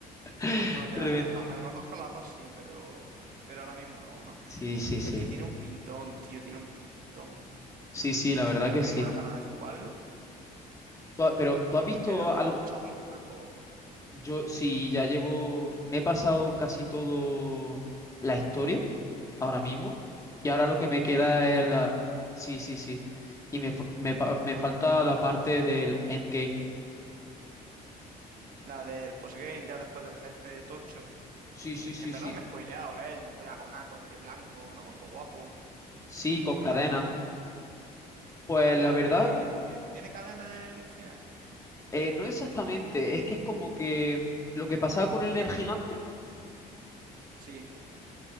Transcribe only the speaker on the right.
No, ya,
la verdad, a, a lo mejor con las dos sí, pero, pero ahora mismo no, ¿no?
Pues que tiene un pintón, tío, tiene un pintón.
O sea,
tengo
una gana de jugarlo,
pero
tú has hecho algo con el juego.
¿Qué dices?
La del postgame, ya después del jefe tocho.
En
en verdad
me he spoileado, ¿eh? El dragonaco este blanco, ¿no? Todo guapo.
La
verdad que mola tela.
Ah,
el que, el, el que tiene cadena es el final.
Sí,